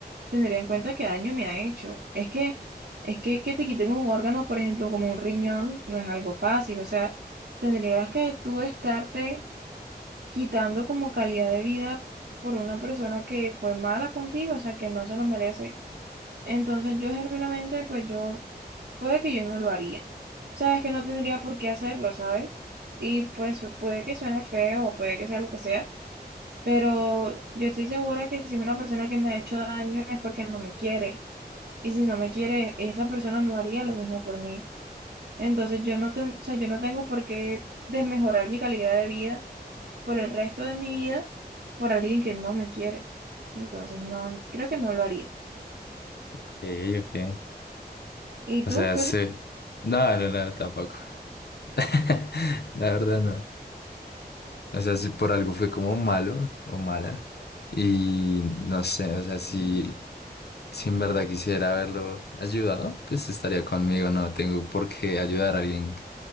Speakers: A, on the right; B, on the left.
A: tendría en cuenta qué daño me ha hecho. Es que, es que que te quiten un órgano, por ejemplo, como un riñón, no es algo fácil. O sea, tendrías que tú estarte quitando como calidad de vida por una persona que fue mala contigo, o sea, que no se lo merece. Entonces yo genuinamente, pues yo, puede que yo no lo haría. Sabes que no tendría por qué hacerlo, ¿sabes? Y pues puede que suene feo o puede que sea lo que sea pero yo estoy segura que si es una persona que me ha hecho daño es porque no me quiere. Y si no me quiere, esa persona no haría lo mismo por mí. Entonces yo no, ten- o sea, yo no tengo por qué desmejorar mi calidad de vida por el resto de mi vida por alguien que no me quiere. Entonces no, creo que no lo haría.
B: ok, ok.
A: ¿Y
B: O
A: tú?
B: sea,
A: ¿Tú
B: sí.
A: sí?
B: No, no, no, tampoco. <laughs> La verdad no. O sea, si por algo fue como malo o mala. Y no sé, o sea, si, si en verdad quisiera haberlo ayudado, pues estaría conmigo. No tengo por qué ayudar a alguien